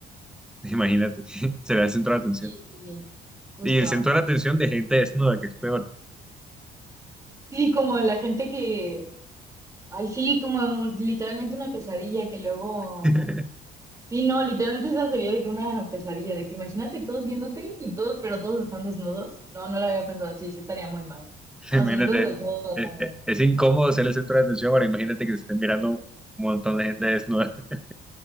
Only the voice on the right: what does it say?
Sí, sí, justo.
Sí, como la gente que, Ay, sí, como un- literalmente una pesadilla que luego.
Sí, no, literalmente esa sería de que una pesadilla, de que imagínate todos viéndote y todos, pero todos están desnudos. No, no lo había pensado, sí, sí estaría muy mal. No,
sí, entonces desnuda
también.